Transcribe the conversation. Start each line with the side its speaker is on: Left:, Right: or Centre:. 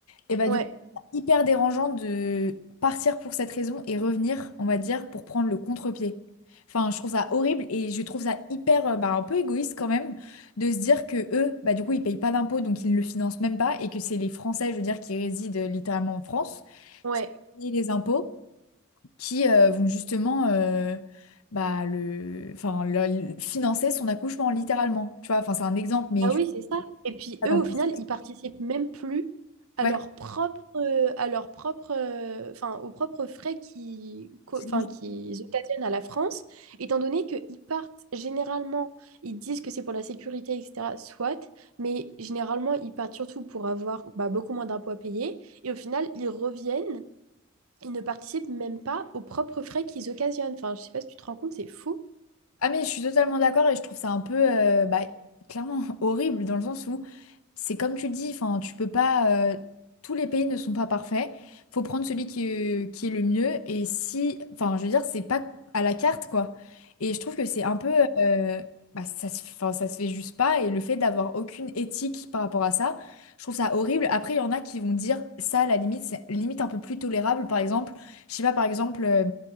Left: Et bah
Right: ouais,
Left: du coup, c'est hyper dérangeant de partir pour cette raison et revenir, on va dire, pour prendre le contre-pied. Enfin, je trouve ça horrible et je trouve ça hyper, euh, bah, un peu égoïste quand même de se dire que eux, bah du coup, ils payent pas d'impôts, donc ils ne le financent même pas et que c'est les Français, je veux dire, qui résident euh, littéralement en France,
Right: ouais.
Left: et les impôts, qui euh, vont justement, euh, bah le, enfin, le- le- financer son accouchement littéralement. Tu vois, enfin, c'est un exemple, mais
Right: Bah
Left: je
Right: oui,
Left: sais
Right: c'est ça. Et puis
Left: pas
Right: eux,
Left: t'en penses.
Right: au final, ils participent même plus à
Left: Ouais,
Right: leur propre, euh, à leur propre, euh, enfin, aux propres frais qui, qu'au-
Left: c'est
Right: enfin, qu'ils occasionnent à la France, étant donné qu'ils partent généralement, ils disent que c'est pour la sécurité, etc. Soit, mais généralement, ils partent surtout pour avoir bah, beaucoup moins d'impôts à payer. Et au final, ils reviennent, ils ne participent même pas aux propres frais qu'ils occasionnent. Enfin, je sais pas si tu te rends compte, c'est fou.
Left: Ah mais je suis totalement d'accord et je trouve ça un peu euh, bah, clairement <laughs> horrible dans le sens où c'est comme tu le dis, enfin tu peux pas euh, tous les pays ne sont pas parfaits. Faut prendre celui qui est, qui est le mieux et si enfin je veux dire c'est pas à la carte quoi. Et je trouve que c'est un peu euh, bah, ça se, enfin, ça se fait juste pas et le fait d'avoir aucune éthique par rapport à ça, je trouve ça horrible. Après il y en a qui vont dire ça à la limite c'est limite un peu plus tolérable par exemple, je sais pas par exemple euh,